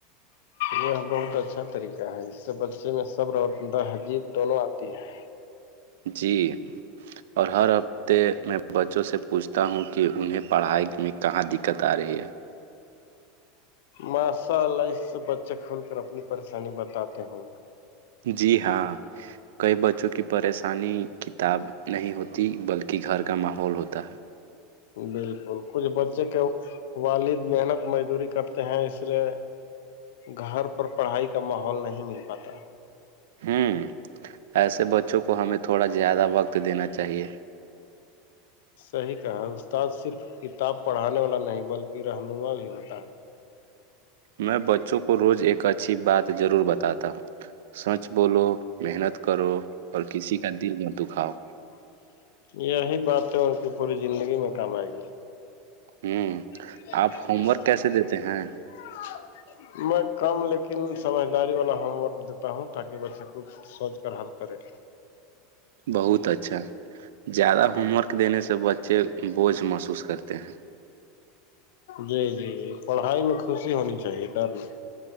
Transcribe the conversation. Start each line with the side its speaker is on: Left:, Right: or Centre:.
Left: یہ بہت اچھا طریقہ ہے اس سے بچے میں سب روہ عجیب دونوں آتی ہیں
Right: جی اور ہر حف تے کہ میں بچوں سے پوچھتا ہوں کہ انہیں پڑھائی میں کہاں دقت آ رہی ہے
Left: ماشاء اللہ اس سے بچے کھول کر اپنی پریشانی بتاتے ہے
Right: جی ہاں کئی بچوں کی پریشانی کتاب نہیں ہوتی بلکہ گھر کا ماحول ہوتا ہے
Left: بالکل کچھ بچے کے والد محنت مزدوری کرتے ہیں اس لیے گھر پر پڑھائی کا ماحول نہیں مل پاتا
Right: ہوں ایسے بچوں کو ہمیں تھوڑا زیادہ وقت دینا چاہیے
Left: صحیح کہا ہے استاد صرف کتاب پڑھانے والا نہیں بلکہ رہنما بھی ہوتا ہے
Right: میں بچوں کو روز ایک اچھی بات ضرور بتاتا ہوں سچ بولو محنت کرو اور کسی کا دل نہ دکھاؤ
Left: یہی بات ہے ان کی پوری زندگی میں کام آئے گی
Right: ہوں
Left: <inaudible>
Right: آپ ہوم ورک کیسے دیتے ہیں
Left: میں کم لیکن سمجھداری والا ہوم ورک دیتا ہوں تاکہ بچہ کو سوچ کر حل کرے
Right: بہت اچھا زیادہ ہوم ورک دینے سے بچے بوجھ محسوس کرتے ہیں
Left: جی جی پڑھائی میں خوشی ہونی چاہیے ڈر نہیں